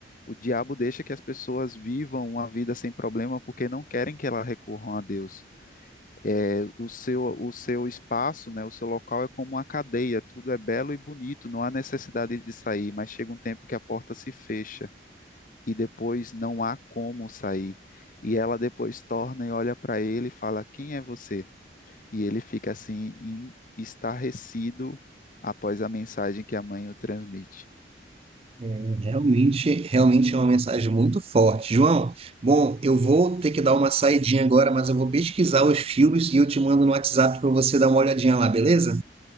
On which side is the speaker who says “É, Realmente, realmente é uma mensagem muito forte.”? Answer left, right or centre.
Right